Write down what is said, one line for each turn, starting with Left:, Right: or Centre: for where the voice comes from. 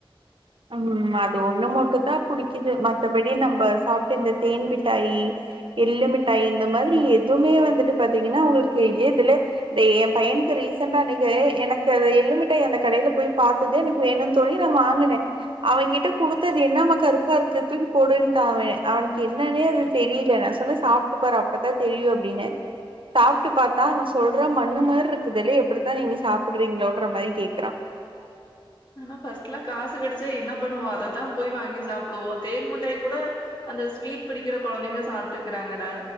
Right: ம் அது ஒன்னு மட்டு தா புடிக்கிது மத்தபடி நம்ப சாப்ட்ட இந்த தேன் மிட்டாயி எள்ளுமிட்டாயி இந்த மாதிரி எதுவுமே வந்துட்டு பாத்தீங்கன்னா அவுங்ளுக்கு ஏ தெல்ல இத ஏ பைய ரீசண்டா அன்னிக்கு எனக்கு அது எள்ளு மிட்டாய் அந்த கடையில போய் பாத்தது எனக்கு வேணுனு சொல்லி நா வாங்குனே அவெங்கிட்ட குடுத்து அது என்னாமா கருப்பா இருக்கு தூக்கி போடுண்டா அவே அவனுக்கு என்னன்னே அது தெரி ல நா சொன்னே சாப்ட்டு பாரு அப்பதா தெரியு அப்டின்னே சாப்ட்டு பாத்தா அவே சொல்றா மண்ணு மாரி இருக்குதுலே எப்டித்தா நீங்க சாப்ட்றீங்களோன்ற மாரி கேக்குறா <inaudible>
Left: ஆனா பஸ்ட்லா காசு கெடச்சா என்ன பண்ணுவோ அதத்தா போய் வாங்கி சாப்டுவோ தேன் மிட்டாய் கூட அந்த ஸ்வீட் பிடிக்கிற கொழந்தைங்க சாப்ட்டுக்கிறாங்கடா